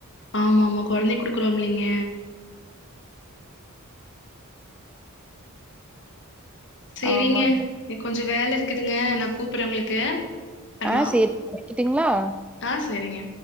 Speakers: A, on the left; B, in the centre.
A: ஆமா ஆமா கொழந்திக் குடுக்குறோம்லீங்க சேரிங்க
B: ஆமாங்க.
A: எனக் கொஞ்சோ வேல இருக்குதுங்க நா கூப்புறே உங்குளுக்கு அப்பர்மா
B: ஆ சரி. வைக்கட்டுங்களா?
A: ஆ சேரிங்க